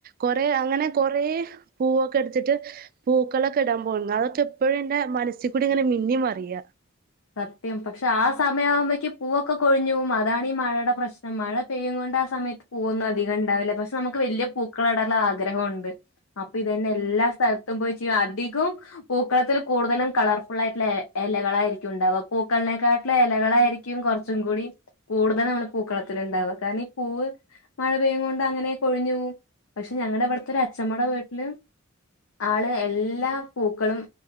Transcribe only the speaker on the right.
കൊറ അങ്ങനെ കൊറെ പൂവൊക്കെ എടുത്തിട്ട്. പൂക്കളൊക്കെ ഇടാൻ പോകുന്ന. അതൊക്കെപ്പൊഴും. എന്റെ മനസ്സിൽ കൂടി ഇങ്ങനെ മിന്നി മറിയ.